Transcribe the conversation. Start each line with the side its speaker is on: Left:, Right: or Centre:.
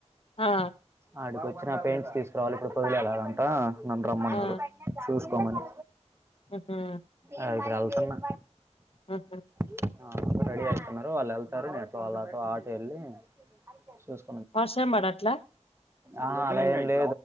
Left: ఆ
Right: ఆడికి వచ్చిన పెయింట్స్ తీసుకురావాలి ఇప్పుడు పొదిలి వెళ్లాలంట నన్ను రమ్మన్నారు
Left: ఆ
Right: చూస్కోమని
Left: ఆహా
Right: ఆ ఇప్పుడు ఎళ్తున్నా
Left: అహ
Right: అ అందరు రెడీ అవుతున్నారు వాళ్ళు వెళ్తారు నేన్ ఆటో వెళ్ళి చూస్
Left: వర్షం పడట్లా
Right: ఆహా లేదండి